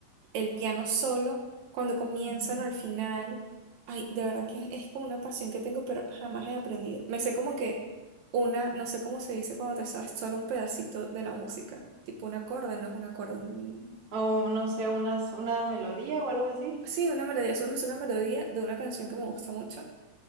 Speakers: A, on the right (about 80°); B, on the right (about 45°).
A: el piano solo, cuando comienzan
B: Ujú.
A: o al final. Ay, de verdad que es como una pasión que tengo, pero jamás he aprendido. Me sé como que una, no sé cómo se dice cuando te sabes solo un pedacito de la música. Tipo un acorde, no es un acorde. un-
B: O no sé, unas, una melodía o algo así.
A: Sí, una melodía, solo me sé una melodía de una canción que me gusta mucho.